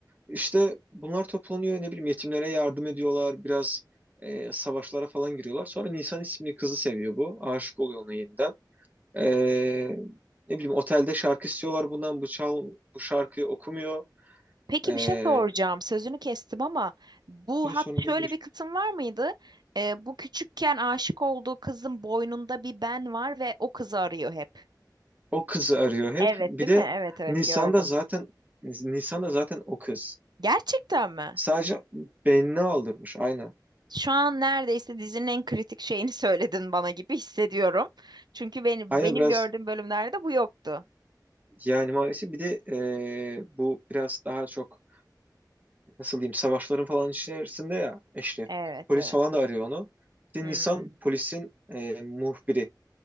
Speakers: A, on the right; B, on the right.
A: İşte bunlar toplanıyor. Ne bileyim yetimlere yardım ediyorlar. Biraz e, savaşlara falan giriyorlar. Sonra Nisan isimli kızı seviyor bu. Aşık oluyor ona yeniden. Ee, ne bileyim otelde şarkı istiyorlar bundan bu çal bu şarkıyı okumuyor.
B: Peki
A: Ee,
B: bir şey soracağım. Sözünü kestim ama bu
A: diyor
B: hat
A: sorun değil
B: şöyle
A: buyur.
B: bir kısım var mıydı? Ee, bu küçükken aşık olduğu kızın boynunda bir ben var ve o kızı arıyor hep.
A: O kızı arıyor hep.
B: Evet
A: Bir
B: değil
A: de
B: mi? Evet evet
A: Nisan'da
B: gördüm.
A: zaten Nisan'da zaten o kız.
B: Gerçekten mi?
A: Sadece beynini aldırmış aynen.
B: Şu an neredeyse dizinin en kritik şeyini söyledin bana gibi hissediyorum. Çünkü benim
A: Aynen
B: benim
A: biraz
B: gördüğüm bölümlerde bu yoktu.
A: yani maalesef bir de ee, bu biraz daha çok nasıl diyeyim savaşların falan içerisinde ya Eşref.
B: Evet,
A: Polis
B: evet.
A: falan da arıyor onu. İşte
B: Hmm.
A: Nisan polisin ee, muhbiri.